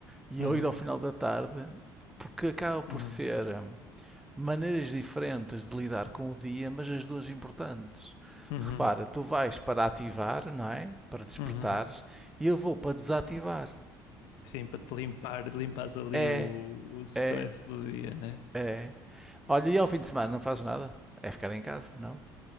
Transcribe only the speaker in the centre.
e
eu ir ao final da tarde, porque acaba por
ser. hum, maneiras diferentes de lidar com o dia, mas as duas importantes.
Repara, tu vais para ativar, não é? Para despertares,
e eu vou para desativar.
É,
é,
é. Olha, e ao fim de semana não fazes nada? É ficar em casa, não?